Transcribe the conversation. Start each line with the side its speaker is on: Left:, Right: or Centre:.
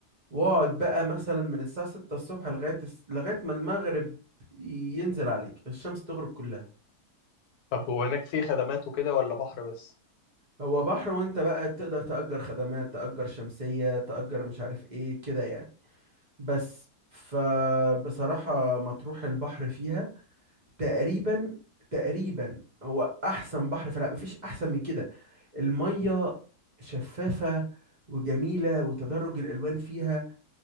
Right: واقعد بقى مثلا من الساعة 6 الصبح لغاية الس- لغاية ما المغرب ينزل عليك الشمس تغرب كلها
Left: طب وهناك في خدمات وكده ولا بحر بس
Right: هو بحر وانت بقى بتقدر تأجر خدمات تأجر شمسية تأجر مش عارف ايه كده يعني بس فبصراحة مطروح البحر فيها تقريبا تقريبا هو أحسن بحر فلا مفيش أحسن من كده المية شفافة وجميلة وتدرج الألوان فيها